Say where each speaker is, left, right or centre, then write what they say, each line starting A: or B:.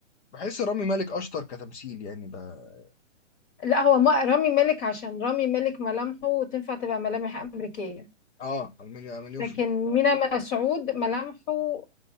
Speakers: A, on the left (about 65°); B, on the left (about 40°).
A: بحس رامي مالك اشطر كتمثيل يعني بقى
B: لا هو ما- رامي مالك عشان رامي مالك ملامحه تنفع تبقى ملامح أمريكية
A: اه مليون مليون
B: لكن
A: في
B: مينا مسعود ملامحه آه